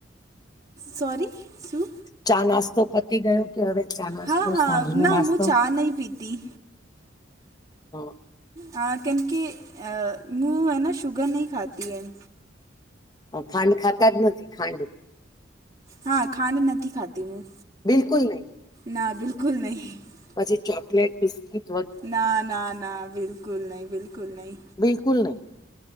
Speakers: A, on the right; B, on the left.
A: સોરી શું?
B: ચા નાસ્તો પતી ગયો કે હવે ચા નાસ્તો
A: હા હા
B: સાંજ નો
A: ના
B: નાસ્તો.
A: હું ચા નહીં પીતી
B: હ.
A: હા કેમ કે અ હું હે ને શુગર નહી ખાતી એમ.
B: હ ખાંડ ખાતા જ નથી ખાંડ.
A: હા ખાંડ નથી ખાતી હું.
B: બિલકુલ નહી
A: ના બિલકુલ નહીં
B: પછી ચોકલેટ બિસ્કીિટ.
A: ના ના ના બિલકુલ નહી બિલકુલ નહી.
B: બિલકુલ નહી